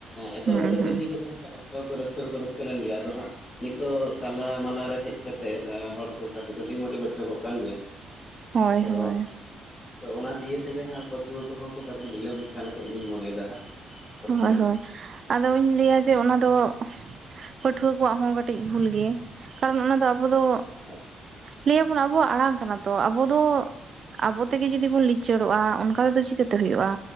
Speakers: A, on the left; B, on the right.
A: ᱮᱛᱚᱦᱚᱵ
B: ᱦᱩᱸ
A: ᱮᱛᱚᱦᱚᱵ
B: ᱦᱩᱸ
A: ᱫᱚ ᱴᱷᱤᱠ ᱜᱮ ᱛᱟᱦᱮᱸ ᱡᱚᱛᱚ ᱦᱚᱲ ᱨᱟᱹᱥᱠᱟᱹ ᱫᱚᱠᱚ ᱨᱟᱹᱥᱠᱟᱹᱞᱮᱱ ᱜᱮᱭᱟ ᱟᱫᱚ ᱦᱟᱸᱜ ᱱᱤᱛᱚᱜ ᱛᱟᱞᱟ ᱢᱟᱞᱟ ᱨᱮ ᱦᱮᱡ ᱠᱟᱛᱜ ᱦᱚᱲ ᱠᱚ ᱠᱟᱹᱴᱤᱡ ᱠᱚ ᱰᱤᱢᱳᱴᱤᱵᱷᱮᱴ ᱧᱚᱜ ᱠᱟᱱ ᱜᱮᱭᱟ ᱾
B: ᱦᱳᱭ
A: ᱛᱚ
B: ᱦᱳᱭ
A: ᱛᱚ ᱚᱱᱟ ᱫᱤᱭᱟ ᱛᱮᱜᱮ ᱦᱟᱸᱜ ᱯᱟᱹᱴᱷᱩᱣᱟᱹ ᱠᱚᱦᱚᱸ ᱠᱚ ᱠᱟᱹᱴᱤᱡ ᱰᱷᱤᱞᱟᱹᱢᱤᱜ ᱠᱟᱱᱞᱮᱠᱟᱡ ᱤᱧᱤᱧ ᱢᱚᱱᱮᱭᱮᱫᱟ ᱦᱟᱸᱜ ᱵᱚᱨᱛᱚᱢᱟᱱ
B: ᱦᱳᱭ ᱦᱳᱭ ᱟᱫᱚᱧ ᱞᱟᱹᱭᱟ ᱡᱮ ᱚᱱᱟ ᱫᱚ ᱯᱟᱹᱴᱷᱩᱣᱟᱹ ᱠᱚᱣᱟᱜ ᱦᱚᱸ ᱠᱟᱹᱴᱤᱡ ᱵᱷᱩᱞ ᱜᱮ ᱠᱟᱨᱚᱱ ᱚᱱᱟ ᱫᱚ ᱟᱵᱚ ᱫᱚ
A: <unintelligible>
B: ᱞᱟᱹᱭ ᱟᱵᱚᱱ ᱟᱵᱚᱣᱟᱜ ᱟᱲᱟᱝ ᱠᱟᱱᱟ ᱛᱚ ᱟᱵᱚ ᱫᱚ ᱟᱵᱚ ᱛᱮᱜᱮ ᱡᱩᱚᱫᱤ ᱵᱚᱱ ᱞᱤᱪᱟᱹᱲᱚᱜᱼᱟ ᱚᱱᱠᱟ ᱛᱮᱫᱚ ᱪᱤᱠᱟᱹᱛᱮ ᱦᱩᱭᱩᱜᱼᱟ